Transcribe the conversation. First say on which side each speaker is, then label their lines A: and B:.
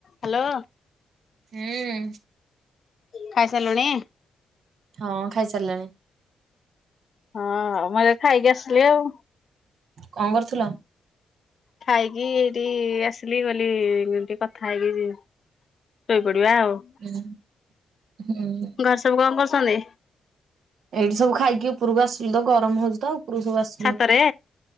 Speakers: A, on the left; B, on the right.
A: ହ୍ୟାଲୋ।
B: ହୁଁ।
A: ଖାଇସାରିଲୁଣି।
B: ହଁ ଖାଇସାରିଲାଣି।
A: ହଁ ମୁଁ ଯାଇ ଖାଇକି ଆସିଲି ଆଉ।
B: କଣ କରୁଥିଲ?
A: ଖାଇକି ଏଇଠି ଆସିଲି ବୋଲି ଟିକେ କଥା ହେଇକି ଯିବି। ଶୋଇ ପଡିବା ଆଉ।
B: ହୁଁ ହୁଁ।
A: ଘରେ ସବୁ କଣ କରୁଛନ୍ତି?
B: ଏଇଠି ସବୁ ଖାଇକି ଉପରକୁ ଆସିଲୁ ତ ଗରମ ହଉଛି ତ ଉପକୁ ସବୁ ଆସ୍
A: ଛାତରେ?